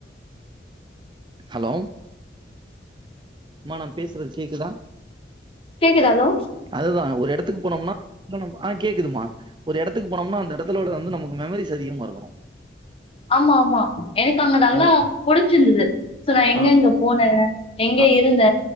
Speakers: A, on the right; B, on the left.
A: ஹலோ ம்மா நா பேசுறது கேக்குதா
B: கேக்குது அலோ
A: அதுதா ஒரு எடத்துக்கு போனோம்னா ஆ கேக்குதுமா ஒரு எடத்துக்கு போனோம்னா அந்த இடத்துல உள்ளது வந்து நமக்கு மெமரிஸ் அதிகமாருக்கணு இருக்கணும்
B: ஆமா ஆமா எனக்கு அங்க நல்லா
A: அது
B: புடிச்சிருந்தது சோ நா எங்க
A: ஆ,
B: எங்க போனே எங்க
A: ஆ,
B: இருந்த